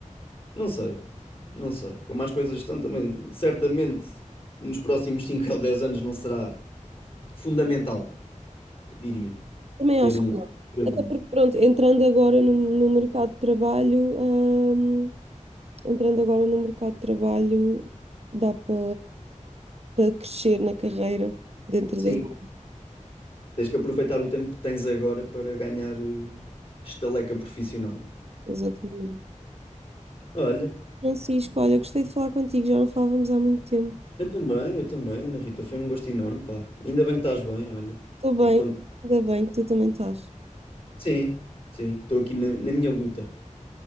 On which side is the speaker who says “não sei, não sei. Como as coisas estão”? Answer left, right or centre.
Left